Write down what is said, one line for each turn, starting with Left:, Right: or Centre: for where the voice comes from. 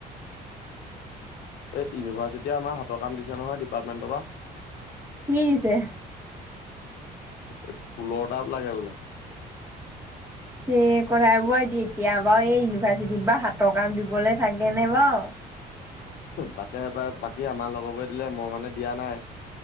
Left: এই ইউনিভাৰ্চিটিয় আমাৰ হাতৰ কাম দিছে নহয় ডিপাৰ্টমেণ্টৰ পৰা
Right: কি দিছে।
Left: এই ফুলৰটাপ লাগে বোলে।
Right: চে, কথা বৌ এতিয়া বাৰু এই ইউনিভাৰ্চিটিত বা হাতৰ কাম দিবলৈ থাকে নে বাৰ
Left: তাকে সেইব বাকী আমাৰ লগৰবো দিলে মই মানে দিয়া নাই।